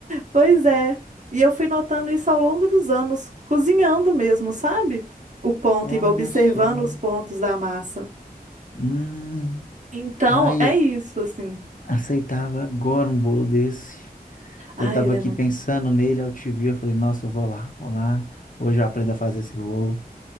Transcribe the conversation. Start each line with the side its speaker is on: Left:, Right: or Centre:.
Right: Pois é. E eu fui notando isso ao longo dos anos, cozinhando mesmo, sabe? O ponto
Left: Olha
Right: e observando
Left: só.
Right: os pontos da massa.
Left: Hum,
Right: Então,
Left: ai,
Right: é
Left: eu
Right: isso, assim.
Left: aceitava agora um bolo desse. Então,
Right: Ai,
Left: eu tava
Right: ele
Left: aqui
Right: é muito.
Left: pensando nele, aí eu te vi, eu falei, nossa, eu vou lá, vou lá. Hoje eu aprendo a fazer esse bolo.